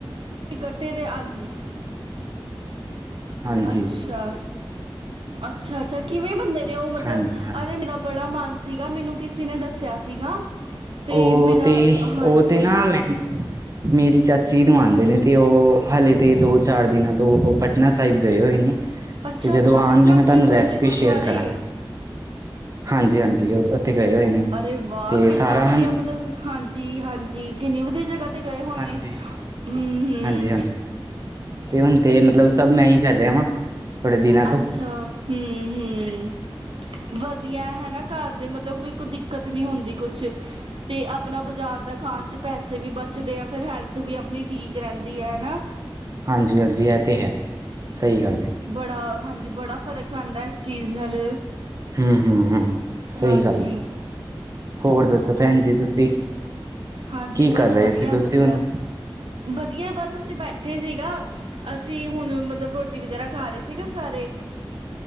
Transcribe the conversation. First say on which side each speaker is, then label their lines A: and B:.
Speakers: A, on the right; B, on the right.
A: ਗੱਟੇ ਦੇ ਆਲਮੀ
B: ਹਾਂਜੀ
A: ਅੱਛਾ ਅੱਛਾ, ਅੱਛਾ ਕਿਵੇਂ ਬਣਦੇ ਨੇ ਉਹ ਮਤਲਬ
B: ਹਾਂਜੀ ਹਾਂਜੀ
A: ਅ ਮੇਰਾ ਬੜਾ ਮਨ ਸੀਗਾ ਮੈਨੂੰ ਕਿਸੇ ਨੇ ਦੱਸਿਆ ਸੀਗਾ। ਤੇ
B: ਓ
A: ਮੇਰਾ
B: ਤੇ
A: ਹਾਂਜੀ
B: ਓ ਤੇ ਨਾ ਮੈਂ ਮੇਰੀ ਚਾਚੀ ਨੂੰ ਆਂਦੇ ਨੇ ਤੇ ਉਹ ਹਲੇ ਤੇ ਦੋ ਚਾਰ ਦਿਨਾਂ ਤੋਂ ਉਹ ਪਟਨਾ ਸਾਹਿਬ ਗਏ ਹੋਏ ਨੇ।
A: ਅੱਛਾ-ਅੱਛਾ
B: ਤੇ ਜਦੋਂ ਆਣਗੇ
A: ਪਟਨਾ
B: ਮੈਂ ਤੁਹਾਨੂੰ
A: ਸਾਹਿਬ ਕਰਦੇ
B: ਰੈਸਪੀ
A: ਗੁਰਦੁਆਰੇ
B: ਸ਼ੇਅਰ ਕਰਾਂਗਾ। ਹਾਂਜੀ ਹਾਂਜੀ ਓ ਉੱਥੇ ਗਏ ਹੋਏ ਨੇ। ਉਹ
A: ਅਰੇ ਵਾਹ
B: ਤੇ
A: ਕਿੰਨਾ
B: ਸਾਰਾ
A: ਵਧੀਆ
B: ਹੁਣ
A: ਮਤਲਬ ਹਾਂਜੀ ਹਾਂਜੀ ਕਿੰਨੀ ਵਧੀਆ ਜਗ੍ਹਾ ਤੇ ਗਏ ਹੋਏ
B: ਹਾਂਜੀ
A: ਨੇ ਹੂੰ ਹੂੰ।
B: ਹਾਂਜੀ ਹਾਂਜੀ ਤੇ ਹੁਣ ਤੇ ਮਤਲਬ ਸਭ ਮੈਂ ਹੀ ਕਰ ਰਿਹਾ ਵਾਂ। ਥੋੜੇ ਦਿਨਾਂ ਤੋਂ
A: ਅੱਛਾ ਹੂੰ ਹੂੰ। ਵਧੀਆ ਹਨਾ ਘਰ ਦੇ ਮਤਲਬ ਕੋਈ ਦਿੱਕਤ ਨੀ ਹੁੰਦੀ ਕੁੱਛ, ਤੇ ਆਪਣਾ ਬਜ਼ਾਰ ਦਾ ਖਾਣ 'ਪੈਸੇ ਵੀ ਬਚਦੇ ਆ ਫਿਰ ਹੈਲਥ ਵੀ ਆਪਣੀ ਠੀਕ ਰਹਿੰਦੀ ਆ ਹਨਾ।
B: ਹਾਂਜੀ ਹਾਂਜੀ ਏ ਤੇ ਹੈ ਸਹੀ ਗੱਲ ਐ।
A: ਦਾ ਹਾਂਜੀ ਬੜਾ ਫ਼ਰਕ ਪੈਂਦਾ ਇਸ ਚੀਜ਼ ਨਾਲ
B: ਹੂੰ ਹੂੰ ਹੂੰ, ਸਹੀ
A: ਹਾਂਜੀ
B: ਗੱਲ ਐ ਹੋਰ ਦੱਸੋ ਭੈਣ ਜੀ ਤੁਸੀਂ।
A: ਹਾਂਜੀ
B: ਕੀ ਕਰ
A: ਬਸ
B: ਰਹੇ
A: ਵਧੀਆ
B: ਸੀ ਤੁਸੀਂ
A: ਵਧੀਆ
B: ਹੁਣ
A: ਵਧੀਆ ਬਸ ਅਸੀਂ ਬੈਠੇ ਸੀਗਾ। ਅਸੀਂ ਹੁਣ ਮਤਲਬ ਰੋਟੀ ਵਗੈਰਾ ਖਾ ਰਹੇ ਸੀਗੇ ਸਾਰੇ।